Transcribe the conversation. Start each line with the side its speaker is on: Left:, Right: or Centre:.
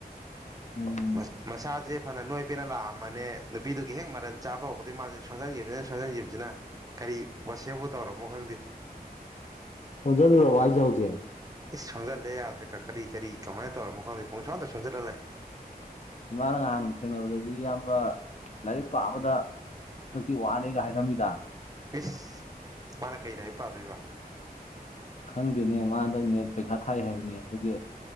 Left: ꯎꯝ
Right: ꯃꯁ ꯃꯁꯥꯖꯦ ꯐꯅ ꯅꯣꯏ ꯄꯦꯅ ꯂꯥꯛꯑꯝꯕꯅꯦ ꯅꯨꯄꯤꯗꯨꯒꯤ ꯍꯦꯛ ꯃꯔꯟ ꯆꯥꯕ ꯍꯧꯕꯗꯒꯤ ꯃꯥꯁꯦ ꯁꯣꯟꯖꯟꯈꯤꯕꯁꯤꯅ ꯁꯣꯟꯖꯟꯈꯤꯕꯁꯤꯅ ꯀꯔꯤ ꯋꯥꯁꯦꯝꯕꯨ ꯇꯧꯔꯝꯃꯣ ꯈꯪꯗꯦ
Left: ꯁꯖ꯭ꯔꯣ ꯋꯥꯏ ꯆꯪ
Right: ꯏꯁ ꯁꯣꯟꯖꯜꯂꯦ ꯌꯥꯗ꯭ꯔꯦꯀꯥ ꯀꯔꯤ ꯀꯔꯤ ꯀꯃꯥꯏꯅ ꯇꯧꯔ ꯃꯈꯥꯡꯗ ꯄꯨꯡꯁ ꯑꯝꯇ ꯁꯣꯟꯖꯜꯍꯂꯦ
Left: ꯁꯨꯃꯥꯏꯅ ꯅꯍꯥꯟ ꯊꯦꯡꯅꯕꯗꯗꯤ ꯑꯌꯥꯝꯕ ꯂꯥꯏꯔꯤꯛ ꯄꯥꯕꯗ ꯇ ꯊ ꯋꯥꯅꯦꯦꯒ ꯍꯥꯏ ꯀ ꯃꯤꯗꯥ
Right: ꯏꯁꯁ ꯃꯥꯅ ꯀꯩ ꯂ ꯍꯥꯏꯕ ꯄꯥꯗꯣꯏꯕ
Left: ꯈꯪꯗꯦꯅꯦ ꯃꯥ ꯍꯟꯗꯪ ꯅꯦꯠ ꯄꯩꯈꯥ ꯊꯥꯏ ꯍꯥꯏꯕꯅꯦ ꯑꯗꯨꯒꯤ